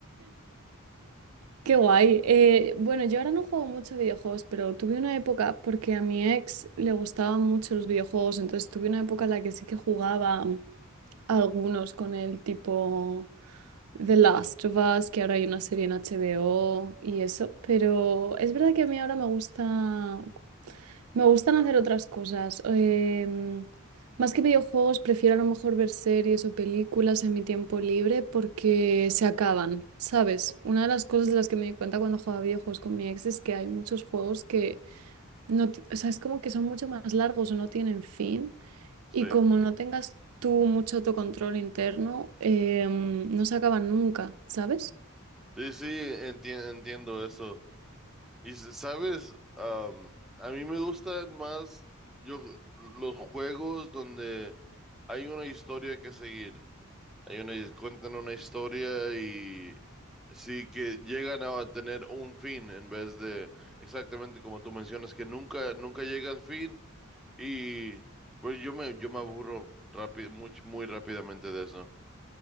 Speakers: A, on the right (about 85°); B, in the centre.
A: Qué guay. Eh, bueno, yo ahora no juego mucho a videojuegos, pero tuve una época porque a mi ex le gustaban mucho los videojuegos, entonces tuve una época en la que sí que jugaba algunos con el tipo. The Last of Us, que ahora hay una serie en HBO y eso, pero es verdad que a mí ahora me gusta, me gustan hacer otras cosas. em, más que videojuegos, prefiero a lo mejor ver series o películas en mi tiempo libre porque se acaban, ¿sabes? Una de las cosas de las que me di cuenta cuando jugaba videojuegos con mi ex es que hay muchos juegos que no, ti- o sea, es como que son mucho más largos o no tienen fin.
B: sí,
A: Y como no tengas tú mucho autocontrol interno, em, no se acaban nunca, ¿sabes?
B: sí, sí, enti- entiendo eso. Y s- sabes, Am, a mí me gustan más yo, los juegos donde hay una historia que seguir. Hay una, cuentan una historia y sí que llegan a tener un fin en vez de exactamente como tú mencionas, que nunca, nunca llega al fin y pues yo me, yo me aburro rápido, muy, muy rápidamente de eso.